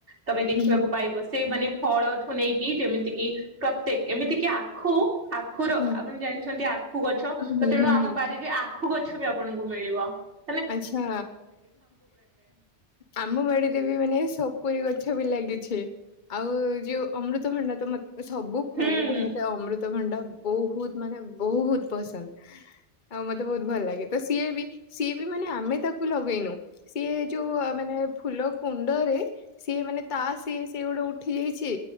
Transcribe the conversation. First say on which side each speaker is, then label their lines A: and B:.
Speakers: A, on the right; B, on the left.
A: ତମେ ଦେଖିବାକୁ
B: ହୁଁ
A: ପାଇବ ସେଇ ମାନେ ଫଳଠୁ ନେଇକି ଯେମିତି କିି ପ୍ରତ୍ୟେକ ଏମିତି କିି ଆଖୁ। ଆଖୁର
B: ହୁଁ
A: ଆପଣ ଜାଣିଛନ୍ତି ଆଖୁ ଗଛ ତ
B: ହୁଁ
A: ତେଣୁ
B: ହୁଁ
A: ଆମ
B: ହୁଁ
A: ବାରିରେ ଆ ଆଖୁ ଗଛ ବି ଆପଣଙ୍କୁ ମିଳିବ। ବା <inaudible>
B: ଆଛା ଆମ ବାଡିରେ ବି ମାନେ ସପୁରୀ ଗଛ। ମାଛ ବି ଲାଗିଛି ଆଉ ଯୋଉ ଅମୃତଭଣ୍ଡା ତ ମତ ସବୁ
A: ହୁଁ
B: ଫଳଠୁ ମତେ ଅମୃତ ଭଣ୍ଡା ବହୁତ ମାନେ ବହୁତ ପସନ୍ଦ ଆଉ ମତେ ବହୁତ ଭଲ ଲାଗେ ତ ସିଏ ବି ସିଏ ମାନେ ଆମେ ତାକୁ ଲଗେଇନୁ, ସିଏ ଯୋଉ ମାନେ ଫୁଲ କୁଣ୍ଡରେ ସିଏ, ମାନେ ତା ସିଏ ସେ ଗୋଟେ ଉଠି ଯାଇଛି,